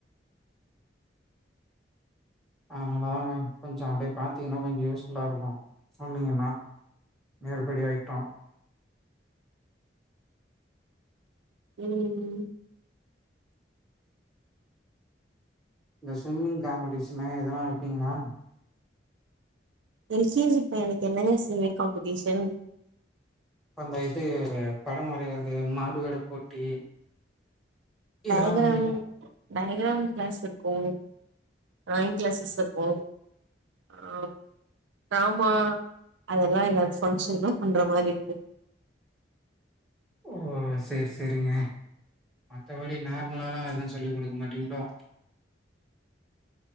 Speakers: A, in the centre; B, on the right (about 80°).
A: அதனாலதா மேம் கொஞ்சோ அப்டியே பாத்தீங்கன்னா கொஞ்சோ யூஸ்ஃபுல்லா இருக்கு சொன்னீங்கன்னா. மேறுபடி ஐட்டோ.
B: ம் ம்.
A: இந்த ஸ்விம்மிங் காம்படிஷனு எதனா வெப்பீங்களா?
B: எல் கே ஜி பையனுக்கு என்னங்க ஸ்விம்மிங் காம்படிஷன்?
A: இப்ப அந்த இது படோ வரையறது மாறுவேட போட்டி.
B: டயகிராம்
A: இதெல்லா உண்டுங்களா
B: டயகிராம் கிளாஸ் இர்க்கு. டிராயிங் கிளாஸஸ் இருக்கு. ஆ டிராமா அதெல்லா எதாவ்து ஃபங்க்ஷன்னா பண்ற மாரி இருக்கு.
A: ஓ ஹோ சேர் சேரிங்க மத்தபடி நார்மலால்லா எது சொல்லி குடுக்க மாட்டீங்களோ?